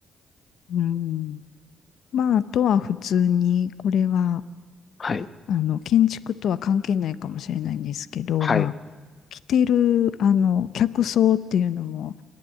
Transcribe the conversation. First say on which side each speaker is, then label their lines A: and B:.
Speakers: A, on the left (about 70°); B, on the left (about 40°).
A: うん。まあ、あとは普通に、これは、
B: はい。
A: あの、建築とは関係ないかもしれないんですけど、
B: はい。
A: まあ、着てる、あの、客層っていうのも、